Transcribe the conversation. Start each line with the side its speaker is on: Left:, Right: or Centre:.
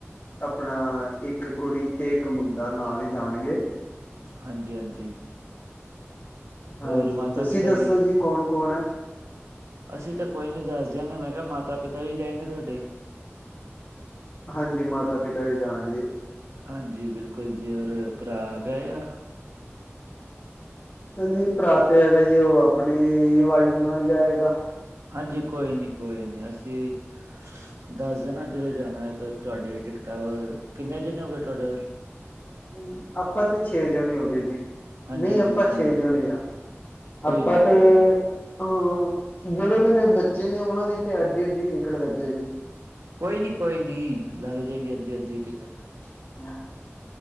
Left: ਆਪਣਾ, ਇੱਕ ਕੁੜੀ ਤੇ ਇੱਕ ਮੁੰਡਾ ਨਾਲ ਹੀ ਜਾਣਗੇ।
Right: ਹਾਂਜੀ-ਹਾਂਜੀ
Left: ਹਾਂਜੀ
Right: ਹੋਰ ਮਾਤਾ-ਪਿਤਾ
Left: ਤੁਸੀਂ ਦੱਸੋ ਜੀ ਕੌਣ-ਕੌਣ ਐਂ।
Right: ਅਸੀਂ ਤਾਂ ਕੋਈ ਨਈ ਦੱਸ ਦਿਆਂਗੇ ਮੈਂ ਕਿਆ ਮਾਤਾ ਪਿਤਾ ਵੀ ਜਾਏਂਗੇ ਤੁਹਾਡੇ
Left: ਹਾਂਜੀ ਮਾਤਾ ਪਿਤਾ ਵੀ ਜਾਣਗੇ।
Right: ਹਾਂਜੀ ਬਿਲਕੁਲ ਜੀ ਹੋਰ ਭਰਾ ਹੈਗਾ ਆ।
Left: ਹਾਂਜੀ ਭਰਾ ਤੇ ਹੈਗਾ ਜੀ ਓ ਆਪਣੀ ਵਾਈਫ ਨਾਲ ਜਾਏਗਾ।
Right: ਹਾਂਜੀ ਕੋਈ ਨੀ-ਕੋਈ ਨੀ ਅਸੀਂ
Left: <inaudible>
Right: ਦੱਸ ਦੇਣਾ ਜਦੋਂ ਜਾਣਾ ਹੈ ਤਾਂ ਤੁਹਾਡੀ ਟਿਕਟਾਂ ਵ ਕਿੰਨੇ ਜਣੇ ਹੋ ਗਏ ਤੁਹਾਡੇ
Left: ਹੂੰ ਆਪਾਂ ਤੇ ਛੇ ਜਣੇ ਹੋ ਗਏ ਜੀ
Right: ਹਾਂਜੀ
Left: ਨਈ ਆਪਾਂ
Right: ਬਿਲਕੁਲ
Left: ਛੇ
Right: ਜੀ,
Left: ਜਣੇ ਆਂ।
Right: ਕੋਈ
Left: ਆਪਾਂ
Right: ਨੀ
Left: ਤੇ
Right: ਕੋਈ ਨੀ।
Left: ਹੂੰ ਜੇੜੇ-ਜੇੜੇ ਬੱਚੇ ਨੇ ਉਹਨਾਂ ਦੀ ਤੇ ਅੱਧੀ-ਅੱਧੀ ਟਿਕਟ ਲੱਗੇ ਗੀ।
Right: ਕੋਈ ਨੀ-ਕੋਈ ਨੀ ਲੱਗ ਜਾਏਗੀ ਅੱਧੀ-ਅੱਧੀ ਟਿਕਟ
Left: <inaudible>